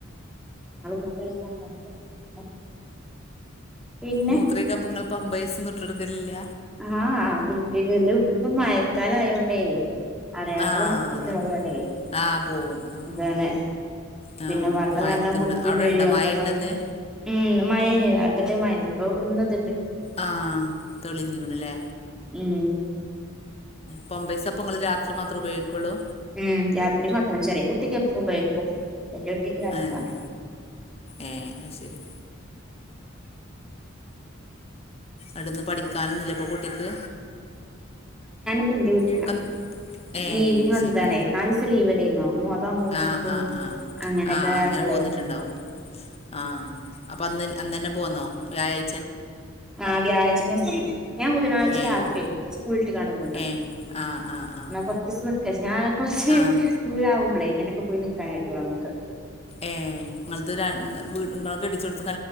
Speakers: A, in the centre; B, on the left.
A: ന മൂത്രാഴച <unintelligible> പിന്നെ
B: മൂത്രൊഴിക്കാൻ ഇപ്പൊ ഇങ്ങള് പമ്പേഴ്സൊന്നും ഇട്ടൊടുക്കലില്ല
A: ആഹ് ഉപ്പ വലും ഇപ്പൊ മയക്കാല ആയോണ്ടേ അറിയാതണ്ട്ണേ
B: ആഹ് അതാണ് ആഹ് പോവും ഉം
A: അതാണ്
B: ആഹ്
A: പിന്നെ വെള്ളം
B: മയത്തുണ്ട്
A: നലോണം കുടുക്കയും
B: അവിടെ
A: ചെയ്യും
B: ഇണ്ടോ മഴ
A: അപ്പൊ അതുകൊണ്ട്
B: ഇണ്ടന്ന്
A: ഉ ഉം മഴനതതിട്ട് മഴൽ ഇപ്പോ ഇന്നതുണ്ട്
B: ആഹ് തെളിഞ്ഞില്ലേ
A: ഉമ്
B: പാമ്പേഴ്സ് പ്പം നിങ്ങൾ രാത്രി മാത്രം ഉപയോഗിക്കുള്ളൂ
A: ഉമ് രാത്രി മാത്രം ചെറിയ കുട്ടിക്ക് എപ്പ ഉബൈക്കും വല്ല്യ കുട്ടിക്ക് രാത്രി
B: ഏഹ്
A: മാത്രം
B: ഏഹ് അത് ശരി അട്ന്ന് പഠിക്കാനൊന്നുല്ല ഇപ്പൊ കുട്ടിക്ക്
A: പ്പം ഇന്റെ വീട്ടില
B: ഒക്കെ ഏഹ്
A: ലീവിന്
B: അത്
A: വന്നതാണേ
B: ശരി
A: നാല് സം ലീവലേരുന്നോ മുഹറം ഒമ്പും
B: ആഹ്
A: പത്തും
B: ആഹ് ആഹ്
A: അങ്ങനെയൊക്കെ
B: ആഹ് അങ്ങനെ
A: ആയപ്പളേ
B: പോന്നിട്ടുണ്ടാവും ആഹ് അപ്പൊ അന്ന് അന്ന് ന്നെ പോന്നോ വ്യാഴ്
A: ആഹ് വ്യാഴ്ചന്നെ പോന്ന് ഞാൻ ബുധനാഴ്ച
B: ഏഹ്
A: രാത്രിയെ സ്കൂൾ ട്ട്ങ്ങാണ്ട് പോന്ന്
B: ഏഹ് ആഹ് ആഹ് ആഹ്
A: ന്നാ കൊർച്ചീസം നിക്കാച്ച് ഞാൻ കൊറച്ച്
B: ആഹ്
A: ദൂരാകുമ്പളേ ഇങ്ങനെയൊക്കെ പോയി നിക്കാനെറ്റുള്ളൂ നമ്മക്ക്.
B: ഏഹ് നിങ്ങളത് രണ് വീ ഇങ്ങളെ കെട്ടിച്ചോട്ത്